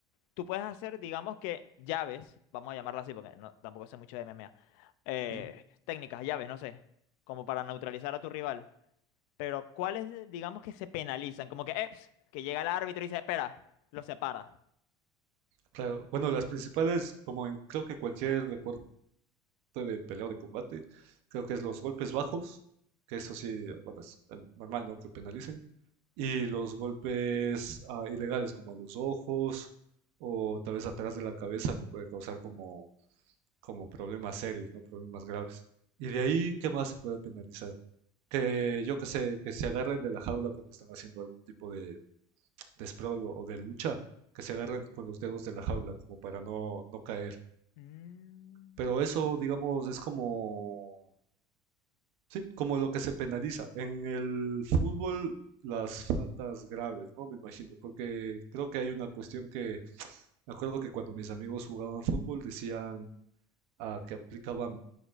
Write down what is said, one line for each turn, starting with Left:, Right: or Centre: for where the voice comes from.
Left: tú puedes hacer, digamos que llaves, vamos a llamarlo así, porque no, tampoco sé mucho de MMA. eh,
Right: ujú,
Left: técnicas, llaves, no sé, como para neutralizar a tu rival. Pero, ¿cuáles, eh, digamos que se penalizan? Como que, eps, que llega el árbitro y dice, espera, lo separa.
Right: claro. Bueno, las principales, como en creo que cualquier deporte de pelea o de combate, creo que es los golpes bajos, que eso sí, bueno, es eh, normal, ¿no? Que penalicen, y
Left: Ujú.
Right: los golpes ah, ilegales como a los ojos o tal vez atrás de la cabeza que puede causar como como problemas serios, no problemas graves. Y de ahí, ¿qué más se puede penalizar? Que yo que sé, que se agarren de la jaula cuando están haciendo algún tipo de, de sprawl o, o de lucha, que se agarren con los dedos de la jaula como para no, no caer.
Left: Mm.
Right: Pero eso, digamos, es como, sí, como lo que se penaliza. En el fútbol, las faltas graves, ¿no? Me imagino, porque creo que hay una cuestión que, <sniffs> me acuerdo que cuando mis amigos jugaban fútbol decían ah, que aplicaban,